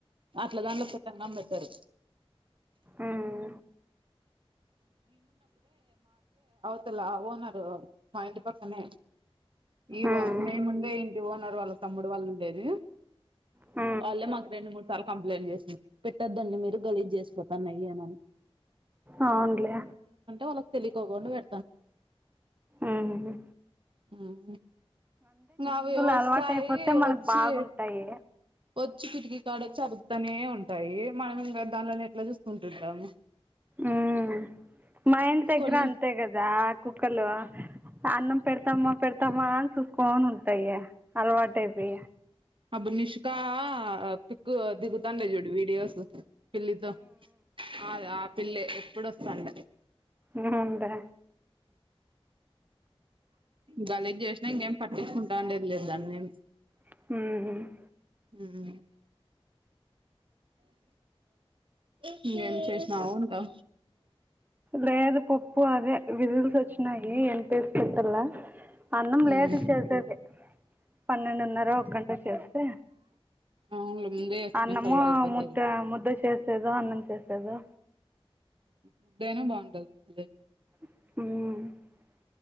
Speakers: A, on the right; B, on the right.
A: అట్లా దాంట్లో పెట్టంగాని పెట్టరు.
B: ఉమ్,
A: త లా ఓనరు మా ఇంటి పక్కనే ఈ
B: ఉమ్,
A: మేముండే ఇంటి ఓ నారు వాళ్ళ తమ్ముడు వాళ్లు ఉండేది
B: ఆ
A: వాళ్ళే మాకు రెండు, మూడు సార్లు కంప్లైంట్ చేసింది పెట్టొద్దండి మీరు గలీజ్ చేసిపోతాన్నాయ్ అనని
B: అవునులే
A: వాళ్లకు తెలియకోకుండా పె
B: ఆహు
A: ఉహు మావి వస్తాయి
B: అలవాటు అయిపోతే మనకు
A: వచ్చి
B: బాగుంటాయి
A: వచ్చి కిటికీకాడ వచ్చి అరుత్తనే ఉంటాయి మనం ఇంగ దానిలని ఎట్లా చూసుకుంటుంది ఆమె
B: ఉమ్. మా ఇంటి దగ్గర
A: కొన్
B: అంతే కదా ఆ కుక్కలు అన్నం పెడతామా పెడతాం మాన్కోని ఉంటాయి అలవాటుయిపోయి
A: అబ్బ నిష్కా పిక్కు దిగుతానులే చోడు వీడియోస్ పిల్లితో ఆ ఆ పిల్లి ఎప్పుడుస్తాండ
B: ఉందా
A: గలిజ్ చేసిన ఇంకేం పట్టించుకుం నుండలేందా అన్నే
B: ఉందా
A: ఉహు ఇంకేం చేసినావుంటా
B: లేదు పప్పు అదే విజిల్స్ వచ్చినాయి ఎంత ఏస్ పెట్టలా అన్నం
A: మ్మ్
B: లేేట్గా చేసేది. పన్నెండున్నార ఒక గంట చేస్తే
A: అవునులే ముందే వేసుకున్న
B: అన్నము
A: చల్లగైపోతది
B: ముద్ద ముద్ద చేసేదో, అన్నం చేసేదో
A: ముద్దైనా బావుంటది పుప్పు లే
B: అ